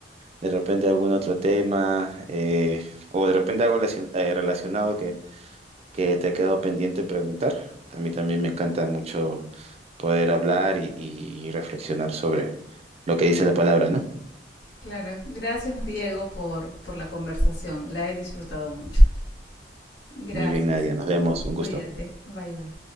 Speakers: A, on the right (about 35°); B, on the left (about 80°).
A: de repente algún otro tema, eh, o de repente algo lesión- eh, relacionado que, que te ha quedado pendiente preguntar. A mí también me encanta mucho poder hablar y, y reflexionar sobre lo que dice la palabra, ¿no?
B: Claro. Gracias, Diego, por, por la conversación. La he disfrutado mucho. Gracias.
A: Muy bien, Nadia. Nos vemos. Un gusto.
B: Cuídate. Bye, bye.